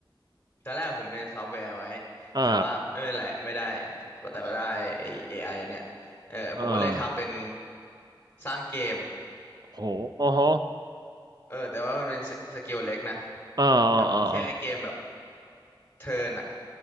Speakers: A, on the left; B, on the right.
A: ตอนแรกผมเรียนซอฟต์แวร์ไว้
B: อ่า
A: แต่ว่าไม่เป็นไรไม่ได้ก็แต่ก็ได้ไอ้ AI เนี่ยเออผมก็เลยทำเป็น
B: อ่า
A: สร้างเกม
B: โหโอ้โห
A: เออแต่ว่ามันเป็นสสเกลเล็กนะ
B: อ่าอ่าอ่าอ
A: แบบแค่เกมแบบเทิร์นอะ